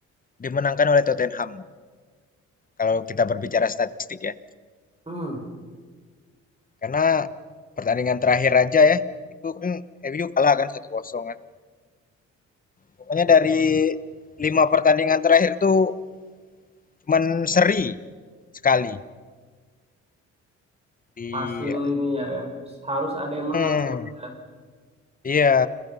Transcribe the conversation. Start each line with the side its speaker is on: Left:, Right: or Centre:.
Left: dimenangkan oleh Tottenham. Kalau kita berbicara statistik ya.
Right: hmm,
Left: Karena pertandingan terakhir aja ya, itu kan MU kalah kan 1-0 kan. Pokoknya dari lima pertandingan terakhir tuh cuman seri sekali di
Right: hasil ini ya, ya harus ada yang menang
Left: hmm,
Right: terus ya.
Left: iya